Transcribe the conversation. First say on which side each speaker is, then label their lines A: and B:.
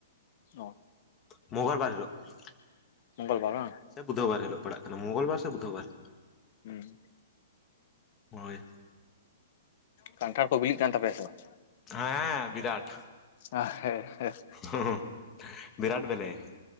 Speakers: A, on the left (about 40°); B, on the left (about 15°).
A: ᱚ
B: <unintelligible>
A: ᱢᱚᱝᱜᱚᱞ ᱵᱟᱨ ᱵᱟᱝ
B: ᱥᱮ ᱵᱩᱫᱷᱚ ᱵᱟᱨ ᱦᱤᱞᱳᱜ ᱯᱟᱲᱟᱜ ᱠᱟᱱᱟ ᱢᱚᱝᱜᱚᱞ ᱵᱟᱨ ᱥᱮ ᱵᱩᱫᱷ ᱵᱟᱨ
A: ᱦᱮᱸ
B: ᱦᱳᱭ
A: ᱠᱟᱱᱴᱷᱟᱲ ᱠᱚ ᱵᱤᱞᱤᱜ ᱠᱟᱱ ᱛᱟᱯᱮᱭᱟ ᱥᱮ ᱵᱟᱝ?
B: ᱟᱸ ᱵᱤᱨᱟᱴ
A: ᱦ ᱦᱮᱸᱮᱸ
B: <unintelligible> ᱵᱨᱟᱴ ᱵᱮᱞᱮ,